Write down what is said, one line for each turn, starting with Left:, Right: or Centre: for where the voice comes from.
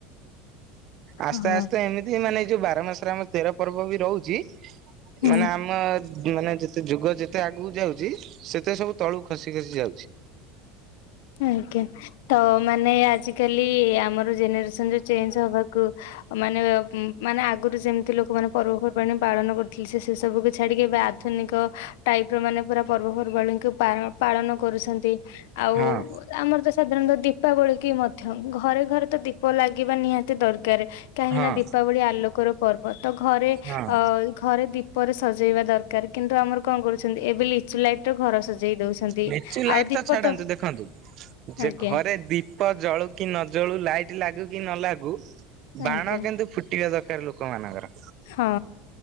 Right: ଆସ୍ତେ
Left: ହଁ
Right: ଆସ୍ତେ ଏମିତି ମାନେ ଯୋଉ ବାର ମାସରେ ଆମର ତେର ପର୍ବ ବି ରହୁଛି
Left: ହୁଁ।
Right: ମାନେ ଆମ ଉ ମାନେ ସେ ଯୁଗ ଯେତେ ଆଗକୁ ଯାଉଛି ସେତେ ସବୁ ତଳୁ ଖସି ଖସି ଯାଉଛି
Left: ଆଜ୍ଞା ତ ମାନେ ଆଜିକାଲି ଆମର ଜେନରସ ଚେଞ୍ଜ ହବାକୁ ମାନେ ଉ ମାନେ ଆଗରୁ ଯେମିତି ଲୋକମାନେ ପର୍ବପର୍ବାଣି ପାଳନ କରୁଥିଲେ ସେ ସେ ସବୁ ଛାଡ଼ିକି ଏବେ ଆଧୁନିକ ଟାଇପ ର ମାନେ ପୁରା ପର୍ବପର୍ବାଣୀଙ୍କୁ ପାର ପାଳନ କରୁଛନ୍ତି ଆଉ
Right: ହଁ
Left: ଆମର ତ ସାଧାରଣତଃ ଦୀପାବଳି କି ମଧ୍ୟ ଘରେ ଘରେ ତ ଦୀପ ଲାଗିବା ନିହାତି ଦର କାର କାହିଁକି
Right: ହଁ
Left: ନା ଦୀପାବଳି ଆଲୋକର ପର୍ବ ତ ଘରେ
Right: ହଁ
Left: ଅ ଘରେ ଦି ପରେ ସଜେଇବା ଦରକାର କିନ୍ତୁ ଆମର କଣ କରୁଛନ୍ତି ଏବେ ଲିଚୁ ଲାଇଟ ର ଘର ସଜେଇ ଦଉଛନ୍ତି
Right: ଲିଚୁ ଲାଇଟ
Left: ଆଉ ଦୀପ
Right: ଛାଡନ୍ତୁ
Left: ତ
Right: ଦେଖନ୍ତୁ ଯେ
Left: ଆଜ୍ଞା
Right: ଘରେ ଦୀପ ଜଳୁ କି ନ ଜଳୁ ଲାଇଟ ଲାଗୁ କି ନ ଲାଗୁ ବାଣ
Left: ଆଜ୍ଞା
Right: କିନ୍ତୁ ଫୁଟିବା ଦରକାର ଲୋକମାନଙ୍କର।
Left: ହଁ